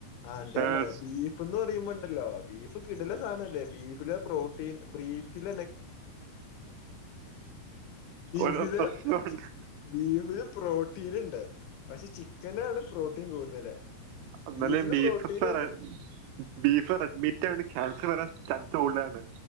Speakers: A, on the left; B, on the right.
A: ആന്നട്ട്
B: ഏഹ്
A: ഞാൻ പറയാ ബീഫ്ന്ന് പറയുമ്പോണ്ടല്ലോ ബീഫ് കിടിലം സാധനല്ലേ ബീഫില്പ്രോട്ടീൻ ബീഫ്
B: ഒരു
A: <unintelligible>
B: പ്രശ്നമുണ്ട്
A: ബീഫില് പ്രോട്ടീൻ ഉണ്ട് പക്ഷെ ചിക്കനാണ് പ്രോട്ടീൻ കൂടുതല്.
B: അന്നാലും
A: ബീഫില്
B: ബീഫ്
A: പ്രോട്ടീൻ
B: <unintelligible>
A: ഉണ്ട്
B: ബീഫ് റെഡ്മിറ്റ് ആണ് ക്യാൻസർ വരാൻ ചാൻസ് കൂടുതൽ ആണ്.